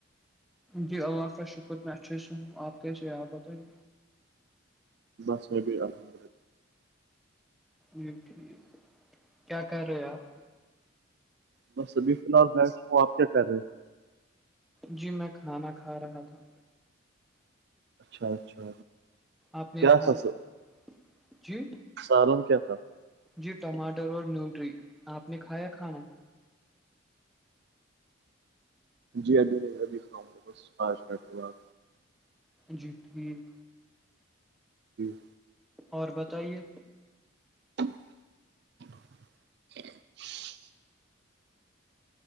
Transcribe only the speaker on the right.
بس میں بھی الحمدللہ
بس ابھی فی الحال بیٹھا ہوں اپ کیا کر رہے ہیں
اچھا اچھا
کیا
تھا
سالن کیا تھا
جی ابھی نہیں ابھی کھاؤں گا بس پانچ منٹ کے بعد
جی
<inaudible>